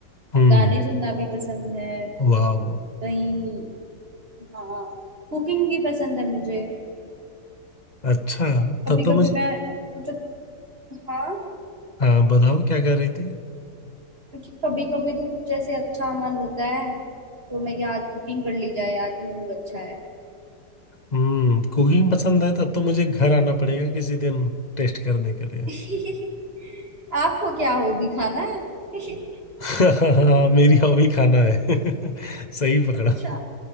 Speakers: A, on the left; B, on the right.
A: हम्म
B: गाने सुनना भी पसंद है
A: वाह
B: कहीं हाँ कुकिंग भी पसंद है मुझे
A: अच्छा
B: कभी
A: तब तो
B: कभी
A: मुझे
B: मैं कुछ हाँ
A: हाँ बताओ क्या कर रही थी
B: क्योंकि कभी कभी तो कुछ ऐसे अच्छा मन होता है तो मैं क्या आज कुकिंग कर ली जाए आज मूड अच्छा है
A: हम्म कुकिंग पसंद है तब तो मुझे घर आना पड़ेगा किसी दिन टेस्ट करने के लिए
B: <laughs> आपको क्या हॉबी खाना है <laughs>
A: <laughs> हाँ, मेरी हॉबी खाना है <laughs> सही पकड़ा
B: अच्छा